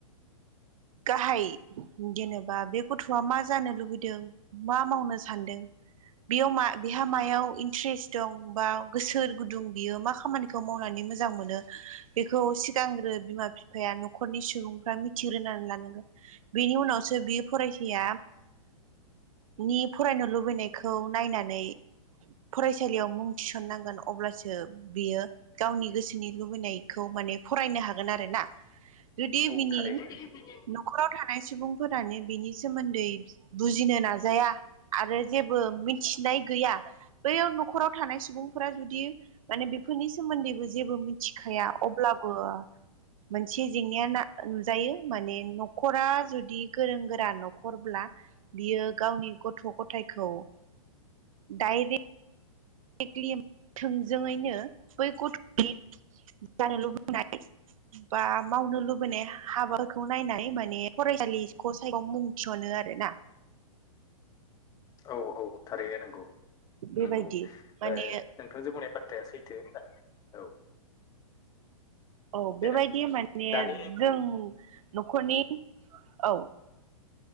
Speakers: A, on the right; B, on the left.
A: गाहाय जेनोबा बे गथ'आ मा जानो लुबैदों मा मावनो सानदों बेयाव बेहा मायाव इन्ट्रेस दं बा गोसो गुदुं बियो मा खामानि खौ मावनानै मोजां मोनो बेखौ सिगांग्रो बिमा बिफाया न'खरनि सुबुंफ्रा मिथिग्रोना लानांगोन बेनि उनावसो बे फरायसाया नि फरायनो लुबैनायखौ नायनानै फरायसालियाव मुं थिसननांगोन अब्लासो बियो गावनि गोसोनि लुबैनाय खौ माने फरायनो हागोन आरो ना जुदि
B: औ
A: बिनि
B: <inaudible>
A: न'खराव थानाय सुबुंफोरानो बिनि सोमोन्दै बुजिनो नाजाया आरो जेबो मिन थिनाय गैया बैयो न'खराव थानाय सुबुंफोरा जुदि माने बेफोरनि सोमोन्दैबो जेबो मिथिखाया अब्लाबो मोनसे जेंनाया नुजायो माने न'खरा जुदि गोरों गोरा न'खरब्ला बियो गावनि गथ' गथायखौ डाइरेक्ट कलि थोंजोङैनो बै गथ'नि जानो लुबैनाय बा मावनो लुबैनाय हाबाखौ नायनानै माने फरायसालिखौ सायख मुं थिसनो आरो ना।
B: औ औ थारैनो नोंगौ
A: बेबायदि
B: नोंगौ
A: माने
B: ओ नोंथां जे बुंनाय बाथ्राया सैथो। औ
A: औ बेबायदि
B: देनाय
A: माने
B: दानि
A: जों न'खरनि औ।